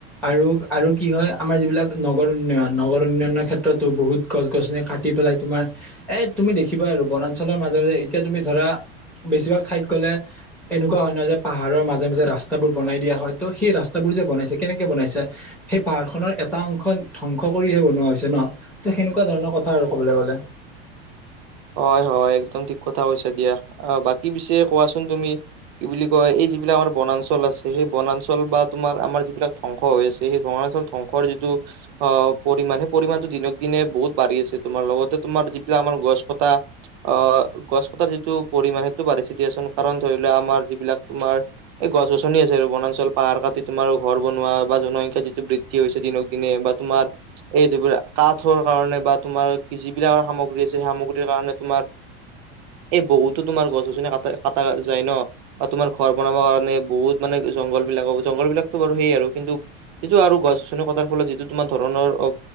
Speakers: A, in the centre; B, on the right.
A: আৰু আৰু কি হয় আমাৰ যিবিলাক নগৰ উন্নয়ন নগৰ উন্নয়নৰ ক্ষেত্ৰতো বহুত গছ গছনি কাটি পেলাই তোমাৰ এ তুমি দেখিবা আৰু বনাঞ্চলৰ মাজে মাজে এতিয়া তুমি ধৰা বেছিভাগ ঠাইত গ'লে, এনেকুৱা হয় নহয় যে পাহাৰৰ মাজে মাজে ৰাস্তাবোৰ বনাই দিয়া হয় ত' সেই ৰাস্তাবোৰ যে বনাইছে কেনেকে বনাইছে! সেই পাহাৰ খনৰ এটা অংশ ধ্বংস কৰিহে বনোৱা হৈছে ন ত সেনেকুৱা ধৰণৰ কথা আৰু কবলৈ গ'লে।
B: হয় হয় একদম ঠিক কথা কৈছা দিয়া অ বাকী পিছে কোৱাচোন তুমি কি বুলি কয় এই যিবিলাক আমাৰ বনাঞ্চল আছে সেই বনাঞ্চল বা তোমাৰ আমাৰ যিবিলাক ধ্বংস হৈ আছে সেই বনাঞ্চল ধ্বংস যিটো অ পৰিমাণ সেই পৰিমাণতো দিনক দিনে বহুত বাঢ়ি আছে তোমাৰ লগতে তোমাৰ যিবিলাক আমাৰ গছ পতা অহ গছ কটাৰ যিটো পৰিমাণ সেইটো বাঢ়িছে দিয়াচোন কাৰণ ধৰি লোৱা আমাৰ যিবিলাক তোমাৰ- এই গছ গছনি আছে আৰু বনাঞ্চল পাহাৰ কাটি তোাৰ ঘৰ বনোৱা বা জনসংখ্যা যিটো বৃদ্ধি কি হৈছে দিনক দিনে বা তোমাৰ এই ধৰা বিলাক কাঠৰ কাৰণে বা তোমাৰ যিবিলাক সামগ্ৰী আছে সেই সামগ্ৰী কাৰণে তোমাৰ এই বহুতো তোমাৰ গছ গছনি কা কটা যায় ন? বা তোমাৰ ঘৰ বনাব কাৰণে বহুত মানে জংঘল বিলাক জংঘল বিলাকতো বাৰু সেই আৰু কিন্তু, যিটো আৰু গছ গছনি কটাৰ ফলত যিটো তোমাৰ ধৰণৰ অ